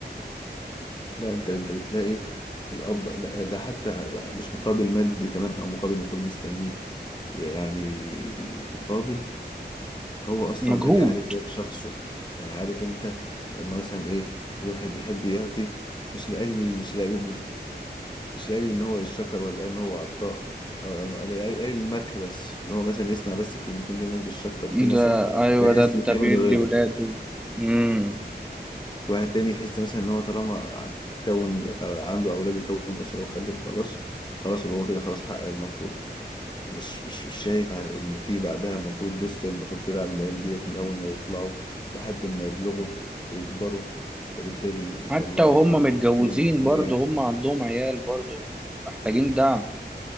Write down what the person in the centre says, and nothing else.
مجهود
ده أيوة
ده ده
بيدي
ولاده مم.
حتى وهم
متجوزين
برضه هم عندهم عيال برضه محتاجين دعم